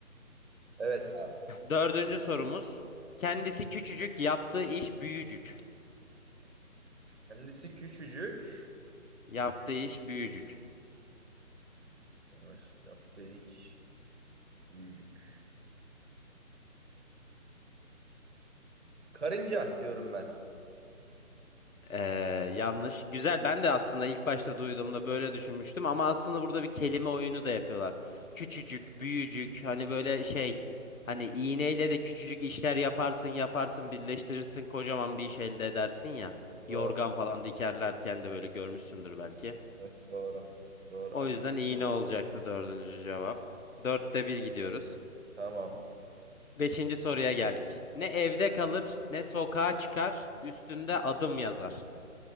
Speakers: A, on the right; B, on the left.
A: Evet abi.
B: Dördüncü sorumuz. Kendisi küçücük, yaptığı iş büyücük.
A: Kendisi küçücük.
B: Yaptığı iş büyücük.
A: Yavaş yaptığı hiç. Büyücük. Karınca diyorum ben.
B: Ee, yanlış. Güzel. Ben de aslında ilk başta duyduğumda böyle düşünmüştüm ama aslında burada bir kelime oyunu da yapıyorlar. Küçücük, büyücük. Hani böyle şey. Hani iğneyle de küçücük işler yaparsın, yaparsın, birleştirirsin, kocaman bir iş elde edersin ya. Yorgan
A: Doğru.
B: falan dikerlerken de böyle görmüşsündür belki.
A: Evet, doğru. Doğru.
B: O
A: Akıllı.
B: yüzden iğne olacaktı dördüncü cevap. Dörtte bir gidiyoruz.
A: Tamam.
B: Beşinci soruya geldik. Ne evde kalır, ne sokağa çıkar, üstünde adım yazar.